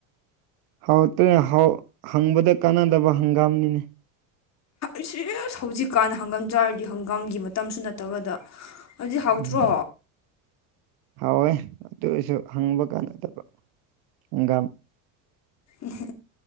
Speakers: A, on the right; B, on the left.
A: ꯍꯥꯎꯇ꯭ꯔꯦ ꯍꯥꯏ ꯍꯪꯕꯗ ꯀꯥꯟꯅꯗꯕ ꯍꯪꯒꯥꯝꯅꯤꯅꯦ
B: ꯏꯁ ꯏꯁ ꯍꯧꯖꯤꯛꯀꯥꯟ ꯍꯪꯒꯥꯝ ꯆꯥꯔꯗꯤ ꯍꯪꯒꯥꯝꯒꯤ ꯃꯇꯝꯁꯨ ꯅꯠꯇꯕꯗ ꯍꯧꯖꯤꯛ
A: ꯎꯝ
B: ꯍꯥꯎꯇ꯭ꯔꯣ
A: ꯍꯥꯎꯋꯦ ꯑꯗꯨꯔꯁꯨ ꯍꯪꯕ ꯀꯥꯟꯅꯗꯕ ꯏꯟꯒꯥ
B: ꯎ